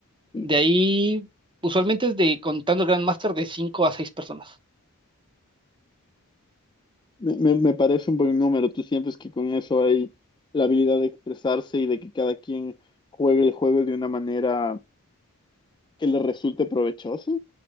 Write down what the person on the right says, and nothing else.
De ahí, usualmente es de, contando el Grand Master, de 5 a 6 personas.